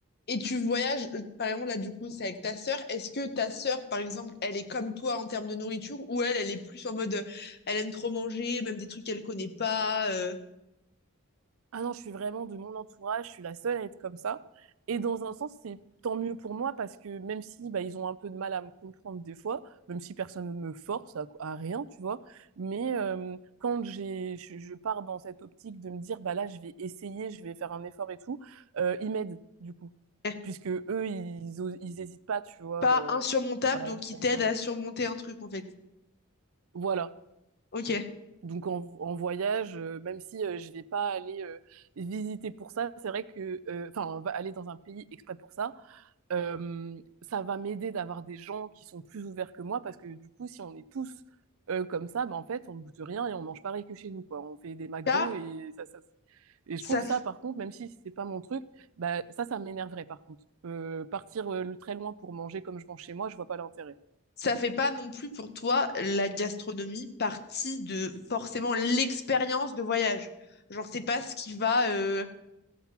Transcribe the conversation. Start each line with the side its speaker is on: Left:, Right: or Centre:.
Left: Et tu voyages, euh, par exemple, là, du coup, c'est avec ta sœur. Est-ce que ta sœur, par exemple, elle est comme toi en termes de nourriture ou elle, elle est plus en mode, euh, elle aime trop manger, même des trucs qu'elle connaît pas, euh,
Right: Ah non, je suis vraiment de mon entourage, je suis la seule à être comme ça. Et dans un sens, c'est tant mieux pour moi parce que même si bah, ils ont un peu de mal à me comprendre des fois, même si personne ne me force à, à rien, tu vois, mais euh, quand j'ai, je, je pars dans cette optique de me dire, bah là, je vais essayer, je vais faire un effort et tout, euh, ils m'aident du coup,
Left: eh,
Right: puisque eux, ils, os- ils hésitent pas, tu vois,
Left: pas
Right: euh,
Left: insurmontable,
Right: à,
Left: donc qui
Right: à
Left: t'aide
Right: essayer.
Left: à surmonter un truc, en fait.
Right: Voilà.
Left: Ok.
Right: Donc en, en voyage, euh, même si euh, je vais pas aller euh, visiter pour ça, c'est vrai que, euh, enfin, on va aller dans un pays exprès pour ça, euh, ça va m'aider d'avoir des gens qui sont plus ouverts que moi, parce que du coup, si on est tous euh, comme ça, bah, en fait, on ne goûte rien et on mange pareil que chez nous, quoi. On fait des McDo
Left: Ça,
Right: et ça, ça. Et je
Left: ça
Right: trouve ça, par contre, même si c'est pas mon truc, bah, ça, ça m'énerverait, par contre. Euh, partir euh, très loin pour manger comme je mange chez moi, je vois pas l'intérêt.
Left: ça fait pas non plus pour toi la gastronomie partie de forcément l'expérience de voyage. Genre, c'est pas ce qui va euh,